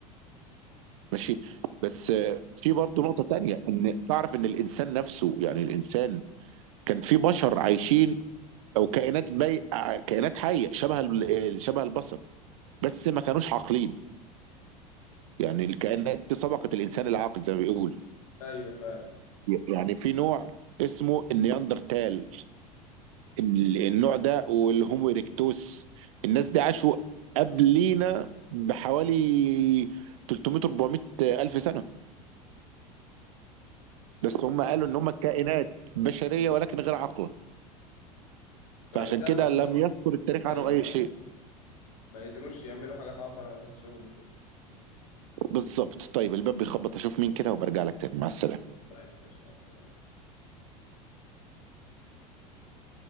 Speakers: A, on the right; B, on the left.
A: ماشي بس آه، في برضه نقطه تانية ان تعرف ان الانسان نفسه يعني الانسان كان في بشر عايشين او كائنات بي... كائنات حيه شبه ال- شبه البشر بس ما كانوش عاقلين يعني الكائنات دي سبقت الانسان العاقل زي ما بيقول
B: ايوه فعلا
A: يعني في نوع اسمه النياندرتال ال- النوع ده والهومو إيريكتوس الناس دي عاشوا قبلينا بحوالي 300 400 الف سنه
B: 300
A: بس هم قالوا ان هم كائنات بشريه ولكن غير عاقله
B: فزمن
A: فعشان كده لم
B: برضه
A: يذكر التاريخ
B: ايوه
A: عنه اي شيء
B: ايوه ما يقدروش يعملوا حاجه تعبر عن نفسهم وكده
A: بالظبط طيب الباب بيخبط اشوف مين كده وبرجع لك تاني مع السلامه
B: طيب ماشي مع السلامه